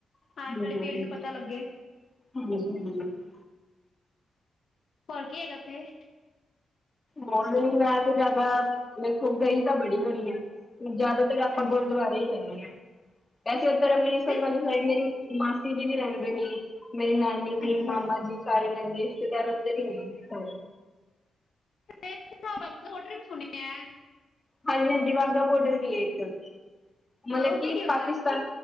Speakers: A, on the left; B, on the left.
A: <unintelligible>
B: ਆਉਣ ਵਾਲੀ ਪੀੜ੍ਹੀ ਨੂੰ ਪਤਾ ਲੱਗੇ ਹੋਰ ਕੀ ਹੈਗਾ ਉੱਥੇ?
A: ਹੋਰ ਮੈਂ 'ਤੇ ਜਿਆਦਾ ਵੇਖੋ ਗਈ ਤਾਂ ਬੜੀ ਵਰੀ ਆ ਜਿਆਦਾਤਰ
B: ਹਾਂਜੀ
A: ਆਪਾਂ ਗੁਰਦੁਆਰੇ ਗਏ ਆ, ਵੈਸੇ ਉੱਧਰ ਅੰਮ੍ਰਿਸਰ
B: ਤੇ
A: ਵਾਲੀ ਸਾਈਡ ਮੇਰੀ ਮਾਸੀ ਜੀ ਵੀ ਰਹਿੰਦੇ ਨੇ, ਮੇਰੀ ਨਾਨੀ ਵੀ,
B: ਅੱਛਾ
A: ਮਾਮਾ ਜੀ। ਸਾਰੇ ਰਹਿੰਦੇ ਰਿਸ਼ਤੇਦਾਰ ਉਧਰ ਈ ਨੇ ਸਾਰੇ
B: ਤੇ ਬਾਗ਼ਾਂ ਬੋਡਰ ਵੀ ਸੁਣੇ ਐ।
A: ਹਾਂਜੀ ਹਾਂਜੀ ਵਾਗਾਂ ਬੋਡਰ ਵੀ ਏ ਏਕ ਮਲਬ
B: ਹਾਂ ਉੱਥੇ
A: ਕੀ
B: ਹੁੰਦਾ
A: ਪਾਕਿਸਤਾਨ